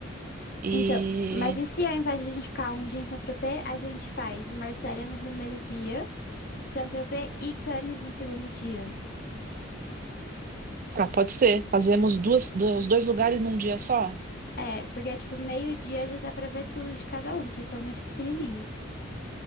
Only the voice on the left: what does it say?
Então, mas e se ao invés de a gente ficar um dia em Saint-Tropez, a gente faz Marsella no primeiro dia, Saint-Tropez e Cannes no segundo dia?
É, porque tipo, meio-dia já dá pra ver tudo de cada um, que são muito pequenininhos.